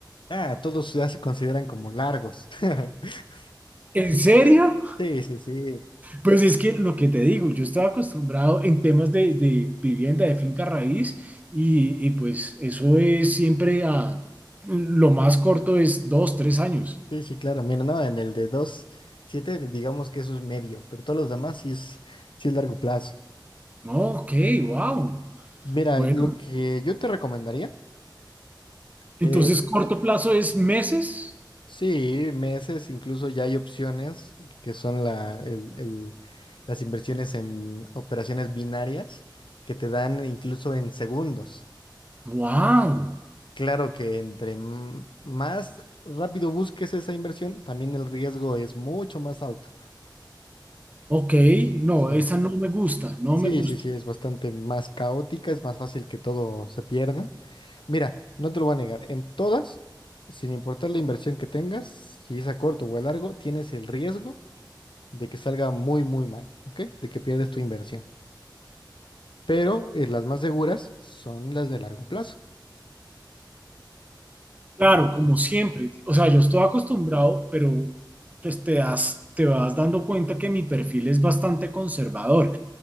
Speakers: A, on the left (about 85°); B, on the right (about 20°).
A: Ah, todos ya se consideran como largos. <laughs>
B: ¿En serio?
A: Sí, sí, sí,
B: Pues es que lo que te digo, yo estaba acostumbrado en temas de, de vivienda, de finca raíz, y, y pues eso es siempre a, lo más corto es dos, tres años.
A: sí, sí, claro. Mira, no, en el de dos siete, digamos que eso es medio, pero todos los demás sí es, sí es largo plazo.
B: No, ok, wow.
A: Mira,
B: Bueno,
A: lo que yo te recomendaría Es,
B: entonces
A: este,
B: corto plazo es meses.
A: sí, meses, incluso ya hay opciones que son la, el- el- las inversiones en operaciones binarias que te dan incluso en segundos.
B: Wow.
A: Claro que entre m- más rápido busques esa inversión, también el riesgo es mucho más alto.
B: Ok, no,
A: O sea,
B: esa no me gusta, no
A: sí,
B: me gusta.
A: sí, sí, es bastante más caótica, es más fácil que todo se pierda. Mira, no te lo voy a negar, en todas, sin importar la inversión que tengas, si es a corto o a largo, tienes el riesgo de que salga muy, muy mal, ¿ok? De que pierdes tu inversión. Pero eh, las más seguras son las de largo plazo.
B: Claro, como siempre. O sea, yo estoy acostumbrado, pero pues te das, te vas dando cuenta que mi perfil es bastante conservador.